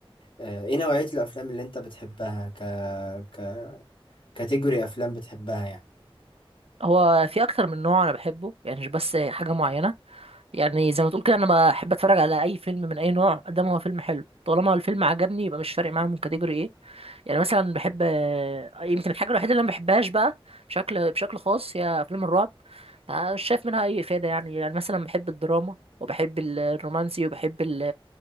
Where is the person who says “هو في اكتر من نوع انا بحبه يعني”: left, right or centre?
Right